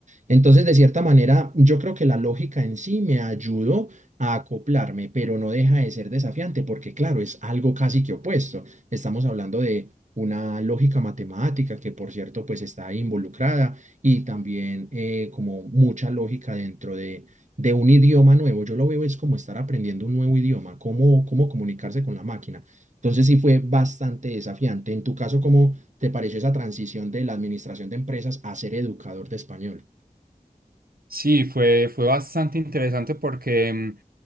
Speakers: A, on the right; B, on the right.
A: Entonces, de cierta manera, yo creo que la lógica en sí me ayudó a acoplarme, pero no deja de ser desafiante porque, claro, es algo casi que opuesto. Estamos hablando de una lógica matemática que, por cierto, pues está ahí involucrada y también eh, como mucha lógica dentro de, de un idioma nuevo. Yo lo veo es como estar aprendiendo un nuevo idioma, cómo, cómo comunicarse con la máquina. Entonces, sí fue bastante desafiante. En tu caso, ¿cómo te pareció esa transición de la administración de empresas a ser educador de español?
B: Sí, fue, fue bastante interesante porque mm,